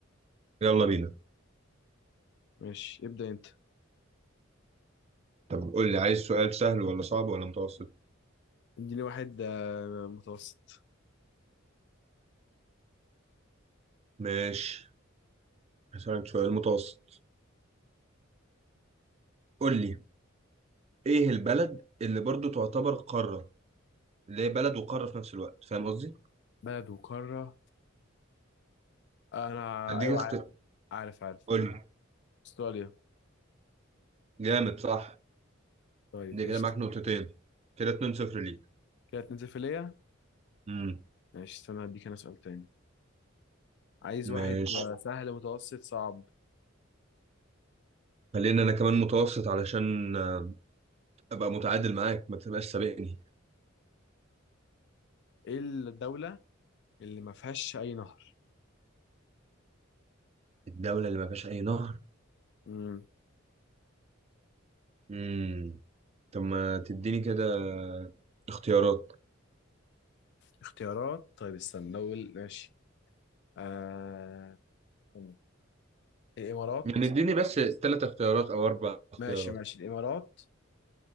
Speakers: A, on the right; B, on the left.
A: يلا بينا
B: ماشي ابدا انت
A: طب قول لي عايز سؤال سهل ولا صعب ولا متوسط
B: اديني واحد آه، متوسط
A: ماشي هسألك سؤال متوسط قول لي ايه البلد اللي برضو تعتبر قاره اللي هي بلد وقاره في نفس الوقت فاهم قصدي
B: بلد وقاره آه، انا
A: اديك
B: ايوه
A: اختيار
B: عارف عارف عارف
A: قول لي
B: استراليا
A: جامد صح
B: طيب
A: دي
B: قشطه
A: كده معاك نقطتين كده 2 0 ليك
B: كانت نزفيلية
A: امم
B: ماشي استنى هديك انا سؤال تاني عايز
A: ماشي
B: واحد آه، سهل متوسط صعب
A: خلينا انا كمان متوسط علشان آه، ابقى متعادل معاك ما تبقاش سابقني
B: ايه الدولة اللي ما فيهاش اي نهر
A: الدولة اللي ما فيهاش اي نهر
B: مم.
A: امم طب ما تديني كده اختيارات
B: اختيارات طيب استنى دول ماشي آه... استنى. الامارات
A: يعني اديني بس ثلاث اختيارات او اربع اختيارات
B: ماشي ماشي الامارات